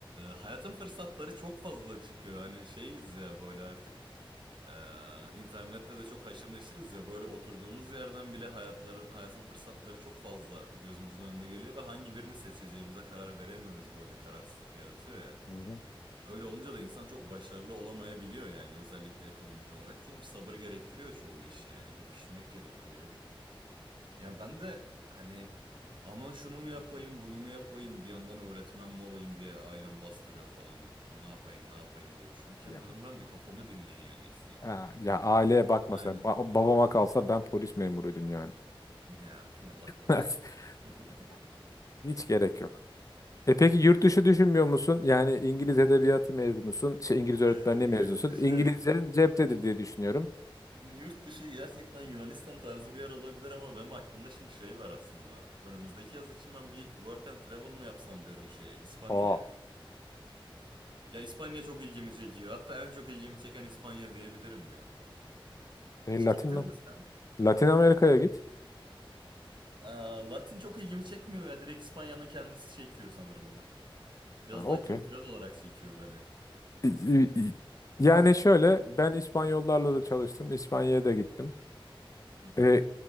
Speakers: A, on the right (about 55°); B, on the left (about 35°).
A: hayatın fırsatları çok fazla çıkıyor. Hani şeyiz ya böyle artık Ee, internette de çok haşır neşiriz ya böyle oturduğumuz yerden bile hayatların, hayatın fırsatları çok fazla gözümüzün önüne geliyor ve hangi birini seçeceğimize karar veremiyoruz böyle bir kararsızlık yaratıyor ya.
B: Hı hı.
A: Öyle olunca da insan çok başarılı olamayabiliyor yani özellikle ekonomik olarak. Çünkü bir sabır gerektiriyor çoğu iş yani bir pişmek gerektiriyor. Ya ben de hani aman şunu mu yapayım bunu mu yapayım bir yandan öğretmen mi olayım diye ailem bastırıyor falan ne yapayım ne yapayım diye düşünürken
B: Ya,
A: dedim ben bir kafamı dinleyeyim en iyisi ya.
B: ha, ya aileye bakma
A: <laughs> Aynen.
B: sen. Ba- babama kalsa ben polis memuruydum yani.
A: Ya <laughs> Allah korusun.
B: <laughs>
A: <laughs>
B: Hiç gerek yok. E peki yurt dışı düşünmüyor musun? Yani İngiliz edebiyatı mezunusun, şey İngiliz öğretmenliği
A: Ee,
B: mezunusun.
A: yurt dışı
B: İngilizcenin ceptedir diye düşünüyorum.
A: yurt dışı gerçekten Yunanistan tarzı bir yer olabilir ama benim aklımda şimdi şey var aslında. Önümüzdeki yaz için ben bir work and travel mı yapsam diyorum şeye, İspanya'ya.
B: Aa,
A: Ya İspanya çok ilgimi çekiyor. Hatta en çok ilgimi çeken İspanya diyebilirim ya.
B: e,
A: Hiç
B: Latin,
A: gittin mi sen?
B: Latin Amerika'ya git.
A: Aa, Latin çok ilgimi çekmiyor ya. Direkt İspanya'nın kendisi çekiyor sanırım ya. Biraz
B: Ha, okey.
A: daha kültürel olarak çekiyor beni.
B: İ- i- Yani şöyle ben İspanyollarla da çalıştım. İspanya'ya da gittim.
A: Hı hı.
B: E,